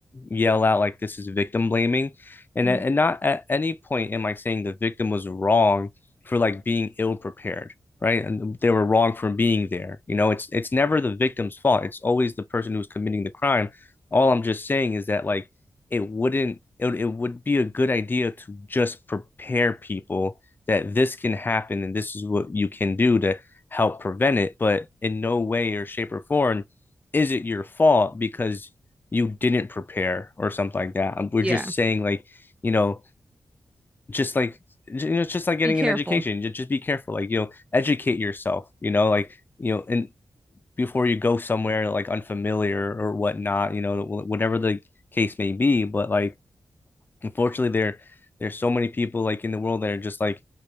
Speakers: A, on the left (about 35°); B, on the right (about 15°).
A: yell out like this is victim blaming and
B: mm,
A: and not at any point am I saying the victim was wrong for like being ill prepared right and they were wrong for being there you know it's it's never the victim's fault it's always the person who's committing the crime all I'm just saying is that like it wouldn't it, it would be a good idea to just prepare people that this can happen and this is what you can do to help prevent it but in no way or shape or form is it your fault because you didn't prepare or something like that? Um, We're
B: yeah,
A: just saying like, you know, just like you know, it's just like getting
B: be careful.
A: an education. Just, just be careful, like you know, educate yourself. You know, like you know, and before you go somewhere like unfamiliar or whatnot, you know, whatever the case may be. But like, unfortunately, there there's so many people like in the world that are just like,